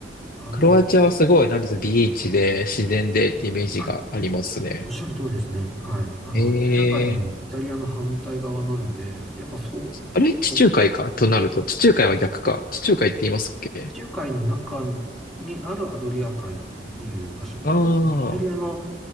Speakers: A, in the centre; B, on the left.
A: あの、
B: クロアチアはすごい、なんですか、ビーチで、自然でってイメージがありますね。
A: あ、おっしゃる通りですね。はい。あの、
B: ええ
A: アフリカ海のイタリアの反対側なので、やっぱそう、
B: あれ、
A: そこ
B: 地中海か、となると。地中海は逆か。地中海って言いますっけ
A: 地中海の中にあるアドリア海っていう場所、イ
B: ああー、
A: タリアの、